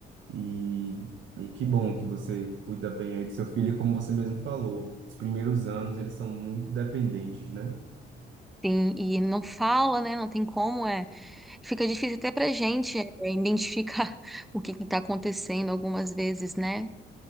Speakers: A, on the right; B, in the centre.
A: E, e que bom que você cuida bem aí do seu filho, e como você mesmo falou, os primeiros anos eles são muito dependentes, né?
B: Sim, e não fala, né? Não tem como, é. Fica difícil até pra gente é, identificar <laughs> o que que tá acontecendo algumas vezes, né?